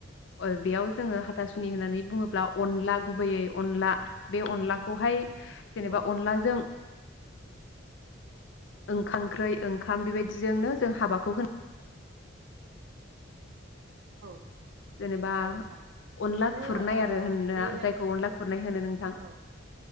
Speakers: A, on the left; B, on the right.
A: ओ बेयाव जोङो हाथ थासुनि होननानै बुङोब्ला अनला गुबैयै अनला बे अनलाखौहाय जेनेबा
B: औ
A: अनलाजों ओंखाओंख्रै ओंखाम बेबायदिजोंनो जों हाबाखौ होनो
B: औ
A: जेनेबा
B: नंगौ नोंथां
A: अनला
B: आरो
A: खुरनाय
B: ओ
A: आरो होना
B: बे
A: जायखौ अनला खुरनाय होनो नोंथां
B: औ